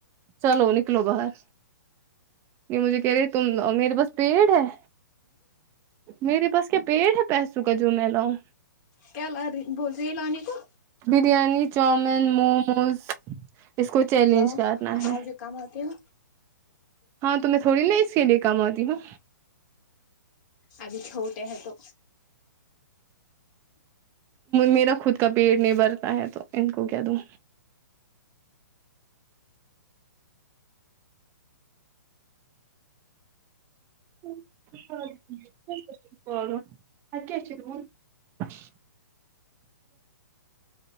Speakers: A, on the right; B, on the left.
A: چلو نکلو باہر یہ مجھے کہہ رہے تم امیر پاس پیڑ ہے میرے پاس کیا پیڑ ہے پیسوں کا جو میں لاؤں
B: کیا لا رہی ہوں بول رہی ہے لانے کو
A: بریانی چومین موموز اس کو چیلنج
B: لاؤ
A: کرنا ہے
B: آپ جو کماتے ہو
A: ہاں تو میں تھوڑی نا اس کے لیے کاماتی ہوں
B: ابھی چھوٹے ہیں تو
A: میرا خود کا پیٹ نہیں بھرتا ہے تو ان کو کیا دوں <unintelligible>